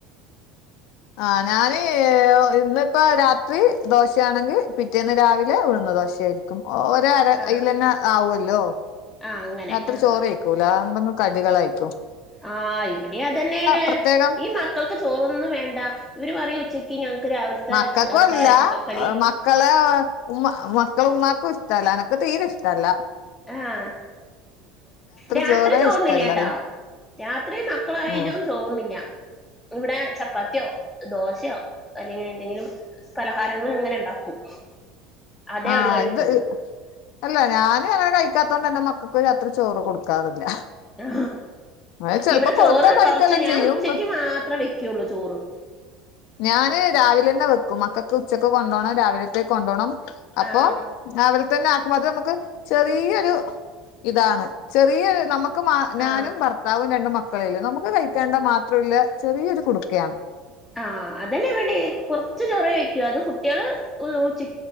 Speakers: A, on the left (about 55°); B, in the centre.
A: ആ ഞാന് ഇന്നിപ്പ രാത്രി ദോശയാണെങ്കിൽ പിറ്റേന്ന് രാവിലെ ഉഴുന്നു ദോശയായിരി ക്കും ഒര് അരയിൽ
B: ആ
A: തന്നെ ആവല്ലോ
B: ആ അങ്ങനെ
A: രാത്രി
B: ആ
A: ചോറ് കഴിക്കും ല്ലാന്ന് കടികളായിക്കോ
B: ആഹ് ഇവിടെ അതന്നെയാണ്
A: പ്രത്യേകം
B: ഈ മക്കൾക്ക് ചോറൊന്നും വേണ്ട ഇവര് പറയും ഉച്ച എക്ക് ഞങ്ങൾക്ക് രാവിലത്തെ
A: മക്കൾക്കും അല്ല
B: ചായ കടി
A: മക്കളെ ഉമ്മ മക്കള് ഉമ്മാക്കും ഇഷ്ടല്ല എനക്ക് തീരെ ഇഷ്ടമല്ല
B: ആഹ് രാത്രി
A: ചോറേ
B: ചോറുണ്ണില്ലട്ടോ
A: ഇഷ്ടല്ല
B: രാത്രി മക്കളായാലും
A: ഉം
B: ചോറുണ്ണില്ല ഇവിടെ ചപ്പാത്തിയോ ദോശയോ അല്ലെങ്കിൽ എന്തെങ്കിലും പലഹാരങ്ങളും ഇങ്ങനെ ഉണ്ടാക്കും അതെ
A: ആ
B: അവര് കഴിക്കുള്ളൂ
A: ഇത് അല്ല ഞാനും അങ്ങനെ കഴിക്കാത്തോണ്ട് എന്റെ മക്കൾക്ക് രാത്രി ചോറ് കൊടുക്കാറില്ല
B: ആ
A: അത് ചെലപ്പോ
B: ഇവിടെ ചോറ്
A: കൊടുത്താ കഴിക്കെല്ലാം
B: കുറച്ച് ഞാൻ
A: ചെയ്യും
B: ഉച്ചക്ക് മാത്രേ വയ്ക്കുള്ളൂ ചോറ്
A: ഞാന് രാവിലെന്നെ വെക്കും മക്കൾക്ക് ഉച്ചക്ക് കൊണ്ടൊണം രാവിലത്തേക്ക് കൊണ്ടോണം അപ്പൊ
B: ആഹ്
A: അവരെ തന്നെ ആക്കും അത് നമുക്ക് ചെറിയൊരു ഇതാണ് ചെറിയരു നമ്മ നക്ക് ഞാനും
B: ആഹ്
A: ഭർത്താവും രണ്ടും മക്കളെല്ലും നമുക്ക് കഴിക്കാണ്ട മാത്രല്ല ചെറിയൊരു കുടുക്കയാണ്
B: ആഹ് അതന്നെ എവിടെ കൊറച്ച് ചൊറി വെക്കോ അത് കുട്ടികള് ഉച്ച